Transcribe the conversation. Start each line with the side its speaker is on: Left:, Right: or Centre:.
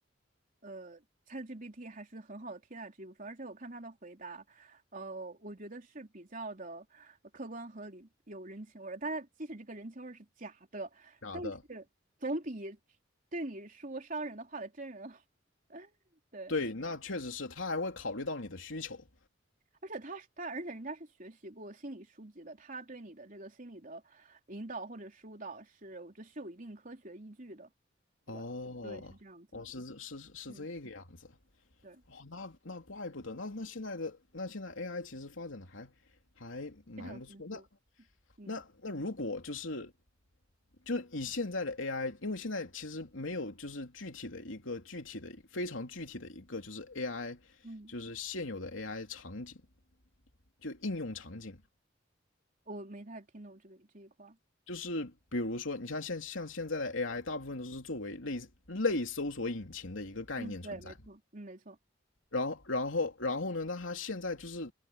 Right: 呃，ChatGPT 还是很好的替代这一部分，而且我看他的回答，呃，我觉得是比较的呃客观合理，有人情味儿。但是即使这个人情味儿是假的，
Left: 假的，
Right: 但是总比对你说伤人的话的真人好。<laughs> 对，
Left: 对，那确实是，他还会考虑到你的需求。
Right: 而且他他，而且人家是学习过心理书籍的，他对你的这个心理的引导或者疏导是，我觉得是有一定科学依据的，对吧？
Left: 哦，
Right: 对，是这样子的。
Left: 哦，是是是是这个样子。
Right: 嗯，对，
Left: 哦，那那怪不得，那那现在的那现在 AI 其实发展的还还蛮不错。
Right: 非常有丰富。
Left: 那
Right: 嗯。
Left: 那那如果就是就以现在的 AI，因为现在其实没有就是具体的一个具体的非常具体的一个就是 AI，
Right: 嗯。
Left: 就是现有的 AI 场景就应用场景。
Right: 我没太听懂这个这一块儿。
Left: 就是比如说，你像现像现在的 AI，大部分都是作为类类搜索引擎的一个概念存在
Right: 嗯，对，没错，嗯，没错，
Left: 然后，然后，然后呢？那它现在就是，